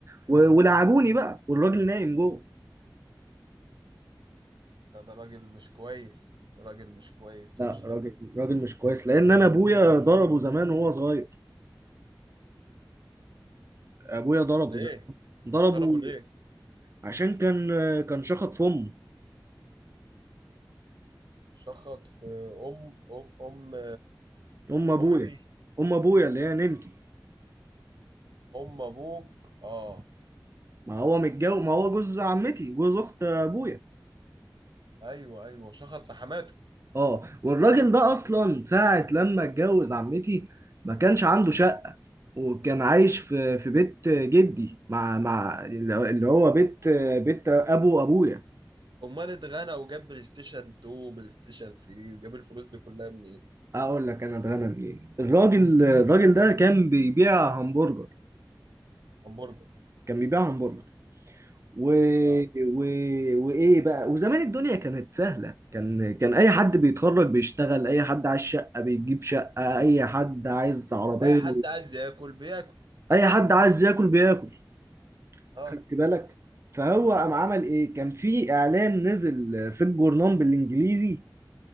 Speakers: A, on the right; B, on the right.
A: و... ولعبوني بقى والراجل نايم جوه
B: لا ده راجل مش كويس راجل مش كويس
A: لا
B: ومش حلو
A: راجل راجل مش كويس لان انا ابويا ضربه زمان وهو صغير ابويا ضربه
B: ليه
A: زمان ضربه
B: ضربه ليه
A: عشان كان كان شخط في امه
B: شخط في ام ام ام
A: ام ابويا
B: ام مين
A: ام ابويا اللي هي ننتي
B: ام ابوك اه
A: ما هو متجوز ما هو جوز عمتي جوز اخت ابويا
B: ايوه ايوه شخط في حماته
A: اه والراجل ده اصلا ساعة لما اتجوز عمتي ما كانش عنده شقة وكان عايش في في بيت جدي مع مع اللي هو بيت بيت ابو ابويا
B: امال اتغنى وجاب بلاي ستيشن 2 بلاي ستيشن 3 وجاب الفلوس دي كلها منين
A: اقول لك انا اتغنى منين الراجل الراجل ده كان بيبيع همبرجر
B: همبرجر
A: كان بيبيع همبرجر و...
B: اه
A: و... وايه بقى وزمان الدنيا كانت سهله كان كان اي حد بيتخرج بيشتغل اي حد عايز شقه بيجيب شقه اي حد عايز عربيه
B: اي حد عايز ياكل بياكل
A: اي حد عايز ياكل بياكل
B: اه
A: خدت بالك فهو قام عمل ايه كان في اعلان نزل في الجورنال بالانجليزي